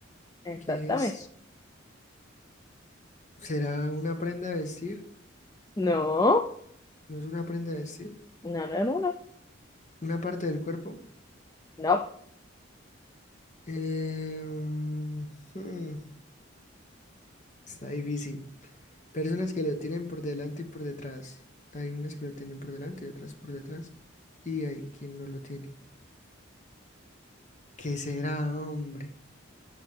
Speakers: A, on the left; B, on the left.
A: Exactamente.
B: que es, será una prenda de vestir,
A: No,
B: no es una prenda de vestir,
A: no, no, no, no,
B: una parte del cuerpo.
A: no,
B: Em, hmm, está difícil. Personas que lo tienen por delante y por detrás. Hay unas que lo tienen por delante y otras por detrás. Y hay quien no lo tiene. ¿Qué será, hombre?